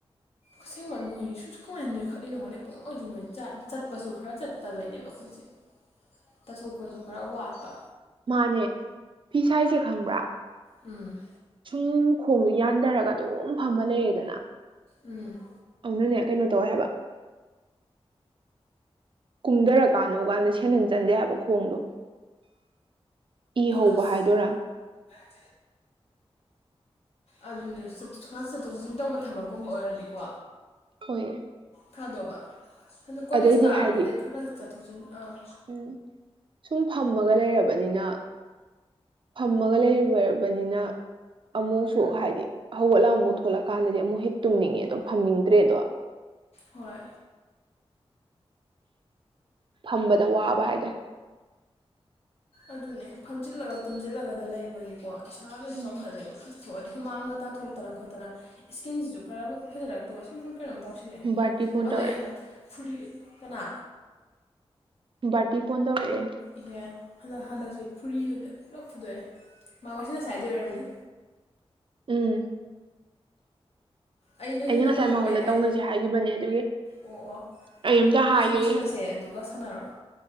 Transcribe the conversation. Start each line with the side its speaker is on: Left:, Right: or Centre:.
Left: ꯑꯁꯦꯡꯕ ꯅꯣꯏ ꯁꯤꯁꯨ ꯀꯃꯥꯏꯅ ꯅꯣꯏꯈꯠꯂꯤꯅꯣ ꯈꯪꯗꯦ ꯄꯪꯅꯣꯏꯗ ꯅꯣꯏ ꯆ ꯆꯠꯄꯁꯨ ꯈꯔ ꯆꯠꯇꯕꯩꯅꯦꯕ ꯑꯩꯈꯣꯏꯁꯦ ꯇꯠꯊꯣꯛꯄꯁꯨ ꯈꯔ ꯋꯥꯠꯄ
Right: ꯃꯥꯅꯦ ꯐꯤꯁꯥꯏꯁꯦ ꯈꯪꯕ꯭ꯔꯥ
Left: ꯎꯝ
Right: ꯁꯨꯝ ꯈꯣꯡꯗꯣ ꯌꯥꯟꯗꯔꯒ ꯑꯗꯨꯝ ꯐꯝꯃ ꯂꯩꯔꯦꯗꯅ
Left: ꯎꯝ
Right: ꯑꯗꯨꯅꯅꯦ ꯀꯩꯅꯣ ꯇꯧꯋꯦ ꯍꯥꯏꯕ ꯀꯨꯝꯗꯔꯀꯥꯟꯗ <unintelligible> ꯁꯦꯟꯗꯟ ꯆꯟꯗꯦ ꯍꯥꯏꯕ ꯈꯣꯡꯗꯣ ꯏ ꯍꯧꯕ
Left: ꯑꯁ
Right: ꯍꯥꯏꯗꯣꯏꯔꯥ
Left: <unintelligible> ꯑꯗꯨꯅꯦ ꯈꯔ ꯆꯠꯊꯣꯛ ꯆꯠꯁꯤꯟ ꯇꯧꯕ ꯊꯕꯛꯀꯨꯝꯕ ꯑꯣꯏꯔꯗꯤꯀꯣ
Right: ꯍꯣꯏ
Left: ꯊꯥꯗꯨꯕ ꯑꯗꯣ ꯀꯣꯂꯦꯖ
Right: ꯑꯗꯩꯗꯤ
Left: ꯀꯥꯔꯕꯗꯩ
Right: ꯍꯥꯏꯗꯤ
Left: ꯈꯔ ꯈꯔ ꯆꯠꯊꯣꯛꯁꯤꯟ ꯑꯥ
Right: ꯎꯝ ꯁꯨꯝ ꯐꯝꯃꯒ ꯂꯩꯔꯕꯅꯤꯅ ꯐꯝꯃꯒ ꯂꯩꯔꯨꯔꯕꯅꯤꯅ ꯑꯃꯨꯛꯁꯨ ꯍꯥꯏꯗꯤ ꯍꯧꯒꯠꯂ ꯑꯃꯨꯛ ꯊꯣꯛꯂꯛꯀꯥꯟꯗꯗꯤ ꯑꯃꯨꯛ ꯍꯦꯛ ꯇꯨꯝꯅꯤꯡꯉꯦꯗꯣ ꯐꯝꯅꯤꯡꯗ꯭ꯔꯦꯗꯣ
Left: ꯍꯣꯏ
Right: ꯐꯝꯕꯗ ꯋꯥꯕ ꯍꯥꯏꯗꯣ
Left: ꯑꯗꯨꯅꯦ ꯐꯝꯖꯤꯜꯂꯒ ꯇꯨꯝꯖꯜꯂꯒꯗ ꯂꯩꯕꯒꯤꯀꯣ ꯏꯁꯥ ꯂꯣꯏ
Right: ꯎꯝ
Left: ꯆꯥꯎꯈꯠꯂꯦꯕ ꯊꯣꯛꯑꯗꯤ ꯍꯨꯃꯥꯡꯗꯒ ꯇꯥꯊꯣꯛꯇꯅ ꯈꯣꯠꯇꯅ ꯏꯁꯀꯤꯟꯁꯤꯁꯨ ꯈꯔ ꯐꯖꯅ ꯇꯨꯕ ꯁꯨꯝ ꯁꯨꯝ ꯀꯩꯅꯣꯝ ꯇꯧꯁꯤꯜꯂꯛꯑꯦ
Right: ꯕꯥꯔꯇꯤ ꯐꯣꯟ
Left: ꯑꯗꯣ
Right: ꯇꯧꯔꯛꯑꯦ
Left: ꯑꯩ ꯍꯟꯗꯛ ꯐꯨꯔꯤ ꯀꯅꯥ
Right: ꯕꯥꯔꯇꯤ ꯐꯣꯟ ꯇꯧꯔꯛꯑꯦ
Left: ꯏꯍꯦ ꯍꯟꯗꯛ ꯍꯟꯗꯛꯁꯦ ꯐꯨꯔꯤꯒꯁꯦ ꯄꯨꯂꯞ ꯐꯨꯗꯣꯛꯑꯦ ꯃꯥ ꯋꯥꯔꯤ ꯁꯥꯅꯁꯦ ꯍꯥꯏꯗꯣꯏ ꯑꯣꯏꯔꯝꯅꯤ
Right: ꯎꯝ
Left: ꯑꯩ ꯂꯣꯏꯁꯤꯜꯂꯝꯃꯒ
Right: ꯑꯩꯅ ꯉꯁꯥꯏ ꯃꯉꯣꯟꯗ
Left: ꯑꯩ
Right: ꯇꯧꯅꯁꯦ ꯍꯥꯏꯈꯤꯕꯅꯦ ꯑꯗꯨꯒꯤ
Left: ꯑꯣ ꯑꯣ
Right: ꯑꯩ ꯑꯝꯇ
Left: ꯑꯩꯁꯨ
Right: ꯍꯥꯏꯒꯦ
Left: ꯂꯣꯏꯁꯤꯜꯂꯁꯦ ꯑꯗꯨꯒ ꯁꯥꯟꯅꯔꯔꯣ